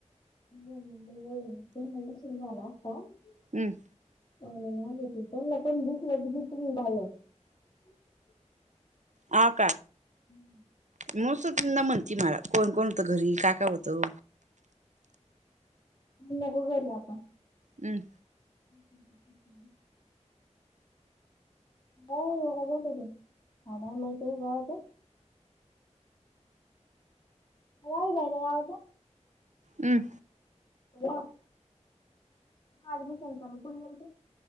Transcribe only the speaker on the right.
हम्म.
ह का.
मू त म्हणती मला कोण कोण होतं घरी काय काय होतं.
हम्.
हम्.